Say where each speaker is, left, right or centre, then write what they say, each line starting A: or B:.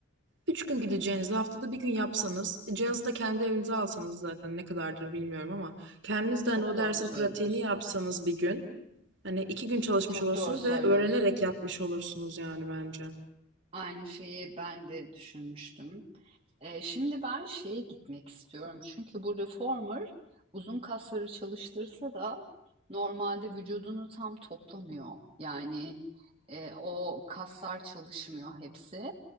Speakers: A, on the right (about 55°); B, on the right (about 25°).
A: Üç gün gideceğinizi haftada bir gün yapsanız e, cihazı da kendi evinize alsanız zaten ne kadardır bilmiyorum ama kendiniz
B: Çok
A: de hani o
B: doğru
A: dersin
B: söylüyorsun.
A: pratiğini yapsanız bir gün hani iki gün çalışmış
B: Çok
A: olursunuz
B: doğru söylüyorsun.
A: ve öğrenerek yapmış olursunuz yani bence.
B: Aynı şeyi ben de düşünmüştüm. Ee, şimdi ben şeye gitmek istiyorum. Çünkü bu reformer uzun kasları çalıştırsa da normalde vücudunu tam toplamıyor. Yani e, o kaslar çalışmıyor hepsi.